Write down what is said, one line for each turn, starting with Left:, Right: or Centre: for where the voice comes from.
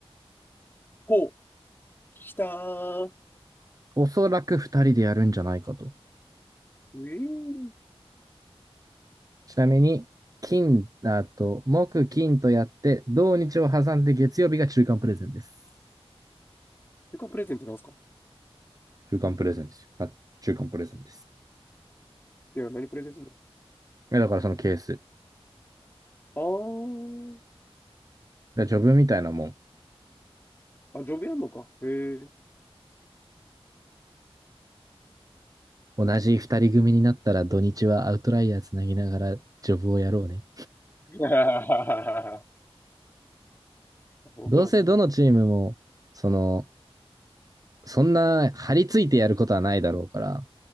Left: ほう、来たー。
Right: おそらく2人でやるんじゃないかと。
Left: ええー。
Right: ちなみに、金、あと、木、金とやって、土日を挟んで月曜日が中間プレゼンです。
Left: 旅館プレゼントなんすか
Right: 中間プレゼンですよ。あ、中間プレゼンです。
Left: いや、何プレゼントする
Right: だからそのケース。
Left: のあ
Right: ジョブみたいなもん。
Left: ー。あ、ジョブやんのか。へえ。
Right: 同じ2人組になったら土日はアウトライヤーつなぎながらジョブをやろうね。
Left: <laughs> 僕のさんの。
Right: どうせどのチームも、その、そんな張り付いてやることはないだろうから、